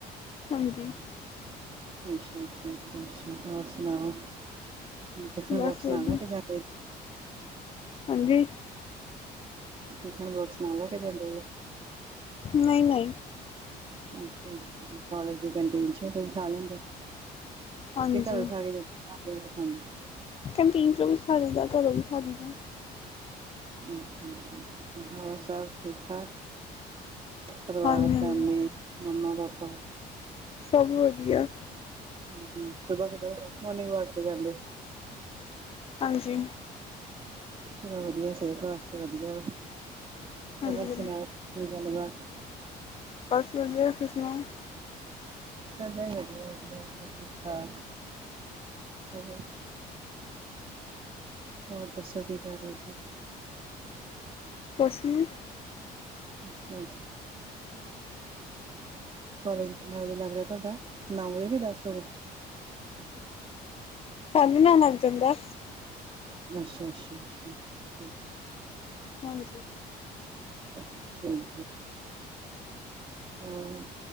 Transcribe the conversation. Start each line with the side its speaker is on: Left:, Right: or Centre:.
Left: ਹਾਂਜੀ।
Right: ਅੱਛਾ- ਅੱਛਾ- ਅੱਛਾ- ਅੱਛਾ ਹੋਰ ਸੁਣਾਓ। ਟਿਫਨ
Left: ਬਸ
Right: ਬੋਕਸ
Left: ਵਧੀਆ
Right: ਨਾਲ ਲੈ ਕੇ ਜਾਂਦੇ।
Left: ਹਾਂਜੀ?
Right: ਟਿਫਨ ਬੋਕਸ ਨਾਲ ਲੈ ਕੇ ਜਾਂਦੇ ਜੇ?
Left: ਨਹੀਂ- ਨਹੀਂ।
Right: ਅੱਛਾ-ਅੱਛਾ ਕਾਲਜ ਦੀ ਕੰਟੀਨ ਚ ਵੀ ਕੁਝ ਖਾ ਲੈਂਦੇ।
Left: ਹਾਂਜੀ
Right: ਤੇ ਘਰੋਂ ਖਾ ਕੇ ਜਾਂ <unintelligible> ਕਿ ਸਾਨ <inaudible>
Left: ਕੰਟੀਨ ਚੋ ਵੀ ਖਾ ਲਈਦਾ, ਘਰੋ ਵੀ ਖਾ ਲਈ ਦਾ।
Right: ਅੱਛਾ-ਅੱਛਾ ਹੋਰ ਸਭ ਠੀਕ- ਠਾਕ? ਪਰਿਵਾਰ,
Left: ਹਾਂਜੀ ਹਾਂਜੀ
Right: ਫੈਮਲੀ, ਮੰਮਾ-ਪਾਪਾ।
Left: ਸਭ ਵਧੀਆ।
Right: ਹਮ ਸੁਬਾਹ- ਸੁਬਾਹ ਮੋਰਨਿੰਗ ਵਾਕ ਤੇ ਜਾਂਦੇ <unintelligible>
Left: ਹਾਂਜੀ।
Right: ਚੱਲੋ ਵਦੀਆ ਸੇਹਤ ਵਾਸਤੇ ਵਦੀਆ ਵਾ,
Left: ਹਾਂਜੀ
Right: ਹੋਰ ਸੁਨਾਓ ਕੋਈ ਗੱਲਬਾਤ।
Left: ਬਸ ਵਦੀਆ ਤੁਸੀਂ ਸੁਨਾਓ।
Right: ਸਾਡੇ ਵੀ ਵਧੀਆ-ਵਧੀਆ, ਵਧੀਆ ਠੀਕ-ਠਾਕ ਹੋਰ ਹੋਰ ਦੱਸੋ ਕੀ ਕਰ ਰੇ ਸੀ?
Left: ਕੋਸ ਨੀ।
Right: ਅਸ਼ਯਾ-ਅਸ਼ਾ। ਕੋਲੇਜ਼ ਕਿੰਨੇ ਵਜੇ ਲੱਗ ਰਯਾ ਤੁਆਡਾ, ਨੌ ਵਜੇ ਕੇ ਦਸ ਵਜੇ?
Left: ਸਾਢੇ ਨੌ ਲੱਗ ਜਾਂਦਾ ਐ।
Right: ਅਸ਼ਾ-ਅਸ਼ਾ, ਅਸ਼ਾ-ਅਸ਼ਾ ਠੀਕ।
Left: ਹਾਂਜੀ।
Right: <unintelligible> ਹੋਰ